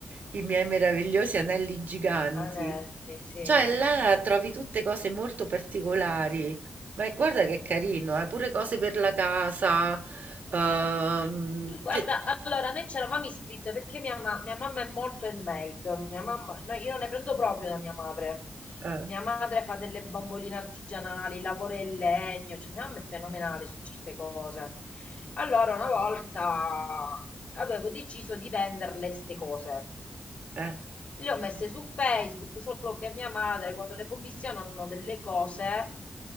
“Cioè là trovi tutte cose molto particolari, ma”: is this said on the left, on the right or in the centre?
Right